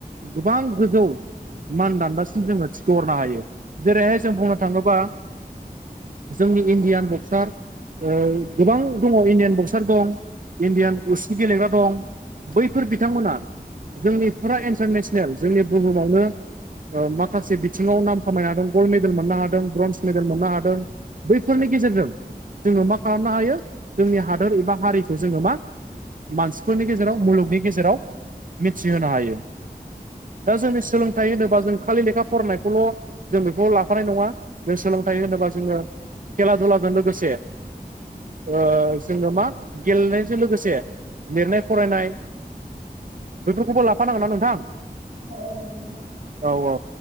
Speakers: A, on the right (about 55°); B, on the right (about 75°).
A: गोबां गोजौ मान दानदासिम जोङो थिखोहरनो हायो। जेरैहाय जों बुंनो थाङोबा जोंनि इण्डियान बक्सार ओ गोबां दङ इण्डियान बक्सार दं, इण्डियान उसु गेलेग्रा दं। बैफोर बिथांमोना जोंनि फुरा इन्टारनेसनेल जोंनि बुहुमावनो ओ माखासे बिथिङाव नाम खामायनो हादों, गल्ड मेडेल मोननो हादों, ब्रन्ज मेडेल मोननो हादों। बैफोरनि गेजेरजों जोङो मा खालामनो हायो जोंनि हादोर एबा हारिखौ जोङो मा मानसिफोरनि गेजेराव मुलुगनि गेजेराव मिथिहोनो हायो।
B: औ।
A: दा जोंनि सोलोंथाइ होनोबा जों खालि लेखा फरायनायखौल' जों बेखौ लाफानाय नङा जों सोलोंथाइ होनोबा जोङो खेला दुलादो लोगोसे ओ जोङो मा गेलेनायजों लोगोसे लिरनाय फरायनाय बेफोरखौबो लाफानांगोन ना नोंथां?
B: औ औ नोंगौ नोंथां
A: औ औ